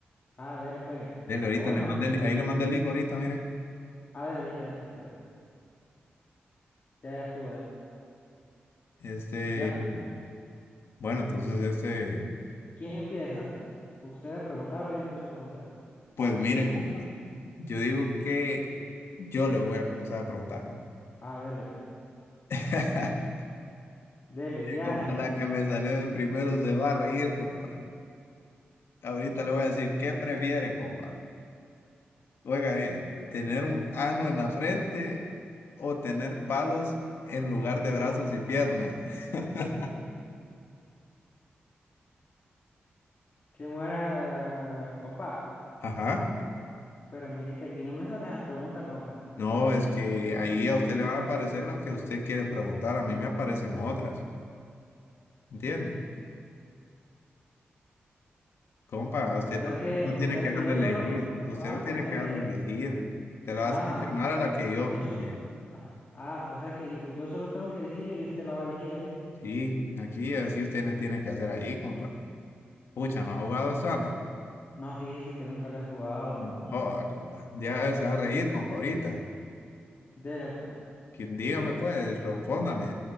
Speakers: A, on the left; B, on the left.
A: Ah, dele pues,
B: Dele, ahorita
A: está bueno.
B: le mandé, el- ahí le mandé el link ahorita, mire.
A: Ah, dele ahorita adentro, pues. Ya, ya estuve. Ya.
B: Este,
A: Ya.
B: bueno, entonces, este,
A: ¿Quién empieza? ¿Usted a preguntar o yo empiezo a preguntar?
B: pues mire, compa, yo digo que yo le voy a comenzar a preguntar, compa.
A: Ah, dele pues.
B: <laughs>
A: Dele, viaje.
B: Compa, la que me salude primero se va a reír, compa. Ahorita le voy a decir, ¿qué prefiere, compa? Oiga bien, ¿tener un ano en la frente o tener palos en lugar de brazos y piernas? <laughs>
A: Que muera, eh, compa.
B: Ajá.
A: Pero mire que aquí no me sale la pregunta, compa.
B: No, es que ahí a usted le van a aparecer las que usted quiere preguntar, a mí me aparecen otras, ¿entiende? Compa, a usted
A: O sea
B: no,
A: que,
B: tiene no tiene
A: o sea
B: que
A: que
B: darle
A: yo
B: a elegir,
A: solo, o-
B: usted
A: ah,
B: no tiene
A: o sea
B: que darle
A: que,
B: a elegir, te la
A: ah.
B: va a seleccionar a la que yo
A: Yo
B: considero.
A: so... Ah, ah, o sea que yo, yo solo tengo que decirle y usted la va a elegir ahí.
B: Sí, aquí así usted no tiene que hacer ahí, compa. Pucha, ¿no ha jugado esto antes?
A: No, fíjese que nunca lo he jugado.
B: No joda, compa. Ya se va a reír, compa, ahorita.
A: Dele pues.
B: Que- Dígame, pues, respóndame.